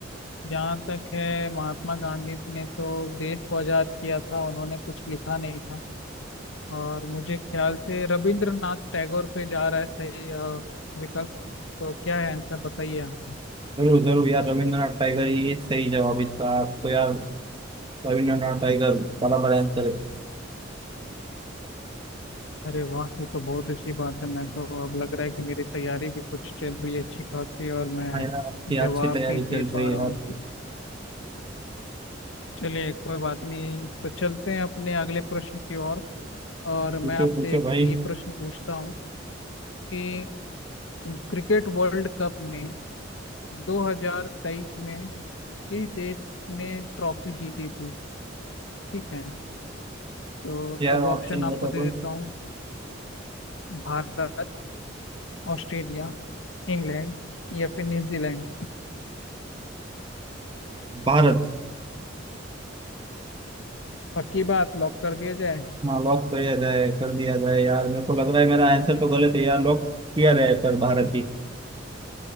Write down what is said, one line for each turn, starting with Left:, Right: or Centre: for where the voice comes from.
Left: जहाँ तक है महात्मा गांधी ने तो देश को आजाद किया था उन्होंने कुछ लिखा नहीं था और मुझे ख्याल से रविंद्रनाथ टैगोर पे जा रहा है सही अ, विकल्प तो क्या है आंसर बताइए आप
Right: जरूर जरूर यार रविंद्रनाथ टैगोर ये सही जवाब है इसका आपको यार रविंद्रनाथ टैगोर बराबर आंसर है
Left: अरे वाह ये तो बहुत अच्छी बात है मैं तो अब लग रहा है कि मेरी तैयारी भी कुछ चल रही है अच्छी खासी और मैं
Right: हाँ यार आपकी
Left: जवाब
Right: अच्छी तैयारी
Left: भी दे
Right: चल रही
Left: पा
Right: है
Left: रहा
Right: यार
Left: हूँ चलिए कोई बात नहीं तो चलते हैं अपने अगले प्रश्न की ओर और मैं
Right: पूछो
Left: आपसे
Right: पूछो
Left: एक
Right: भाई
Left: ये प्रश्न पूछता हूँ कि क्रिकेट वर्ल्ड कप में 2023 में किस देश ने ट्रॉफी जीती थी ठीक है तो
Right: यार
Left: अब ऑप्शन
Right: ऑप्शन
Left: आपको
Right: बता
Left: दे
Right: दो
Left: देता हूँ भारत ऑस्ट्रेलिया इंग्लैंड या फिर न्यूजीलैंड
Right: भारत
Left: पक्की बात लॉक कर दिया जाए
Right: हाँ लॉक किया जाए कर दिया जाए यार मेरे को लग रहा है मेरा आंसर तो गलत है यार लॉक किया जाए पर भारत भी